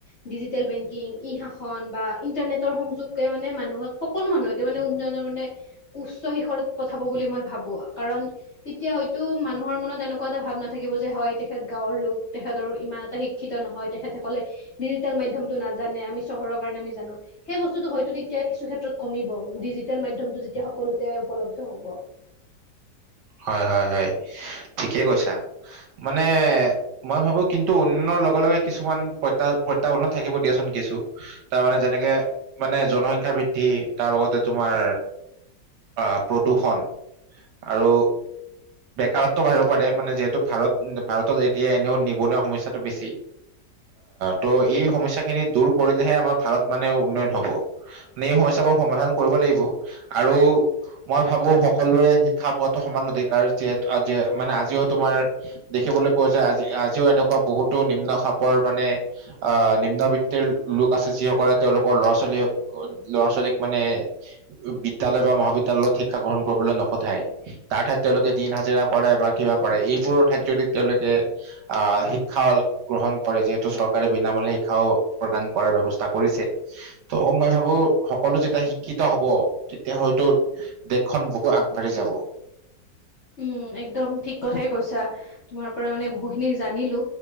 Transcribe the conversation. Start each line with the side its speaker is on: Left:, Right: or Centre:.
Left: বাদিজিতেল বেংকিং ই শাসন বা ইনতানেতৰ সংযোগে মানে মানুহ সকলো মানুহকে মানে উন্নয়নৰ মানে উচ্চ শিখৰত পঠাব বুলি মই ভাবো কাৰণ তেতিয়া হয়তো মানুহৰ মনত এনেকুৱা এটা ভাৱ নাথাকিব যে হয় তেখেত গাঁৱৰ লোক তেখৰ ইমান এটা শিক্ষিত নহয় তেখেতসকলে ডিজিটেল মাধ্য়মতটো নাজানে আমি চহৰৰ কাৰণে আমি জানো। সেই বস্তুটো হয়তো তেতিয়া কিছু ক্ষেত্ৰত কমিব ডিজিটেল মাধ্যমটো যেতিয়া সকলোতে উপলব্ধ হ'ব।
Right: হয় হয় হয় ঠিকেই কৈছা। মানে মই ভাবো কিন্তু উন্য়নৰ লগে লগে কিছুমান প্ৰতাহ প্ৰত্থাবানো থাকিব দিয়াচোন। দিছো তাৰ মানে যেনেকে মানে জনসংখ্যা বৃদ্ধি তাৰ লগতে তোমাৰ আহ প্ৰদূৰ্ষণ আৰু বেকাৰত্ব বাঢ়িব পাৰে মানে যিহেতু ভাৰত ভাৰতত এতিয়া এনেও নিবনুৱা সমস্যাটো বেছি। ত' এই সমস্যা খিনি দূৰ কৰিলেহে আমাৰ ভাৰত মানে উন্নয়ন হব মেন সমস্যাবো সমাধান কৰিব লাগিব আৰু মই ভাবো সকলোৰে শিক্ষা পোৱটো সমান অধিক কাৰাৰ আজি মানে আজিও তোমাৰ দেখিবলৈ পোৱা যায় আজি আজিও এনেকুৱা বহুতো নিম্ন খাপৰ মানে নিম্ন বৃত্তিৰ লোক আছে যিসকলে তেওঁলোকৰ লৰা ছোৱালী ল'ৰা ছোৱালীক মানে বিদ্যয়ালয় বা মহাবিদ্যালয়ত শিক্ষা গ্ৰহণ কৰিবলৈ নপঠায় তাৰ ঠাইত তেওঁলোকে দিন হাজিৰা কৰে বা কিবা কৰে এইবোৰৰ ঠাইত যদি তেওঁলোকে আহ শিক্ষা গ্ৰহণ কৰে যিহেতো চৰকাৰে বিনামূলীয়া শিক্ষাও প্ৰদান কৰা ব্যৱস্থা কৰিছে ত মই ভোবো সকলো যেতিয়া শিক্ষিত হ'ব তেতিয়া হয়তো দেশখন বহু আগবাঢ়ি যাব।
Left: উম একদম ঠিক কথাই কৈছা তোমাৰ পৰা মানে বহুতখিনি জানিলো